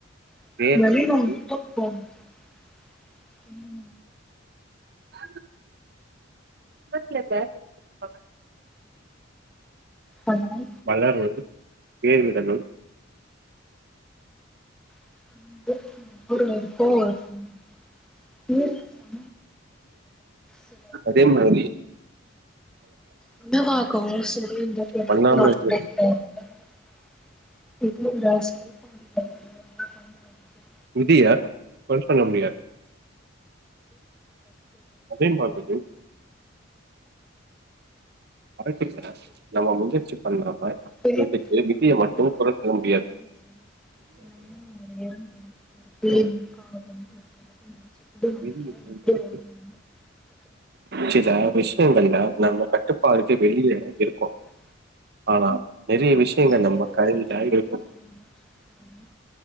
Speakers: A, in the centre; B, on the right (about 55°).
A: <unintelligible>
B: வேர் விடும்
A: ம்
B: <unintelligible> <unintelligible>
A: அதனால
B: வளரனும் பேரிடனும்
A: <unintelligible> சில
B: அதே மாரி
A: என்ன வாகு <unintelligible> <unintelligible>
B: பண்ணாம இருக்கிறது
A: <inaudible>
B: விதிய கொற சொல்ல முடியாது அதே மாதிரி வாழ்க்கையில நம்ம முயற்சி பண்ணாம
A: பெரியவங்ககிட்ட
B: இதுக்கு விதிய
A: மட்டுந்தா
B: மட்டு
A: பாடம்
B: கொறசொல்ல
A: கத்துக்கணுனு
B: முடியாது
A: அவசியம் இல்ல சில நேரோ ஒரு எறும்பு ஒரு தேனீ
B: <unintelligible>
A: காகம் <unintelligible>
B: விதி முயற்சி சில விஷயங்கள்ல
A: ஏ நா வாழ்ந்ததெல்லா
B: நம்ம கட்டுப்பாடுக்கு
A: மட்டு
B: வெளியே
A: வாழ
B: இருக்கோ
A: போனதில்ல
B: ஆனா நிறைய விஷயங்க
A: சூழ்நிலைக்கேற்ற
B: நம்ம கதையில
A: மாதிரி
B: இருக்கோ
A: தன்னை மாற்றிக்கிறவங்க